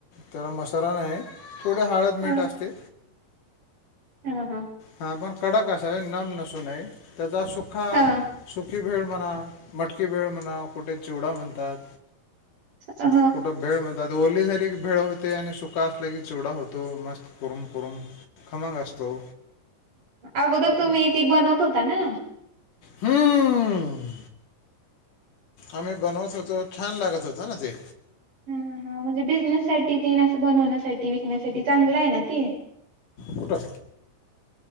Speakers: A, on the left (about 70°); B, on the right (about 65°).
A: त्यारा मसाला नाही थोडी हळद, मीठ
B: हा
A: असते.
B: हा हा.
A: हा पण कडक असावे, नम नसू नय त्याचा सुखा
B: हा
A: सुखी भेळ म्हणा, मटकी भेळ म्हणा, कुठे चिवडा म्हणतात.
B: हा
A: कुठं भेळ म्हणतात. वल्लीझाली की भेळ होते, आणि सुका असला की चिवडा होतो मस्त कुरूम कुरूम. खमंग असतो.
B: अगोदर तुम्ही ती बनवत होता ना.
A: हम्म, आम्ही बनवत होतो, छान लागत होता ना ते.
B: हा हा म्हणजे बिझनेस साठी ते न असं बनवण्यासाठी विकण्यासाठी चांगल आहे ना ते.
A: कुठं.